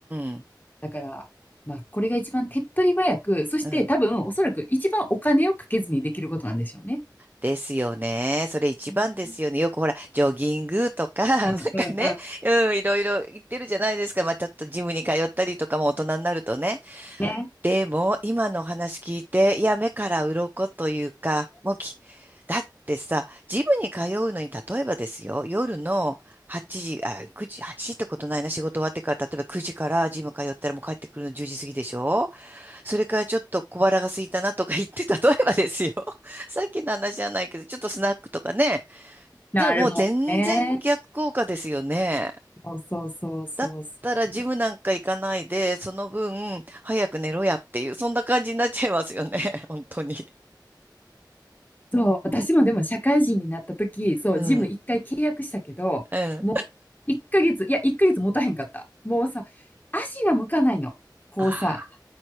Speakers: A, on the right; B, on the left.
A: うん、
B: だから、まあ、これが一番手っ取り早く、そして多分、
A: うん。うん。
B: おそらく一番お金をかけずにできることなんでしょうね。
A: ですよね。それ一番ですよね。
B: うん
A: よくほら、ジョギングとか、<laughs>
B: うんうん。
A: なんかね、うん、いろいろ言ってるじゃないですか。まあ、ちょっとジムに通ったりとかも大人になるとね。
B: ね。
A: でも今のお話聞いて、いや目から鱗というか、もうき、だってさ、ジムに通うのに例えばですよ、夜の8時、あ、9時、8時ってことないな、仕事終わってから、例えば9時からジム通ったらもう帰ってくるの10時過ぎでしょそれからちょっと小腹が空いたなとか言って、例えばですよ、<laughs> さっきの話じゃないけど、ちょっとスナックとかね、
B: なるもんね。
A: ずもう全然逆効果ですよね。
B: そうそうそうそうそう。
A: だったらジムなんか行かないで、その分早く寝ろやっていう、そんな感じになっちゃいますよね。<laughs> 本当に。
B: そう、私もでも社会人になった時、そう、
A: うん。
B: ジム一回契約したけど、
A: うん。
B: もう1ヶ月、いや、1ヶ月持たへんかった。もうさ、足が向かないの。こうさ、
A: ああ。